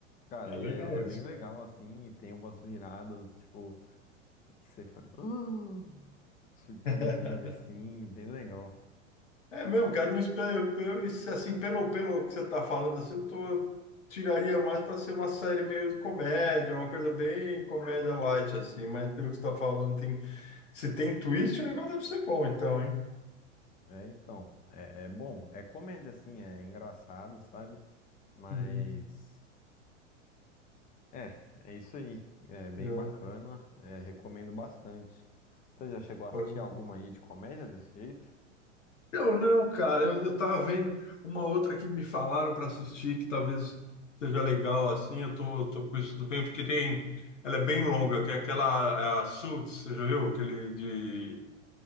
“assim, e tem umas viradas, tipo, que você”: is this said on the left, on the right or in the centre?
Left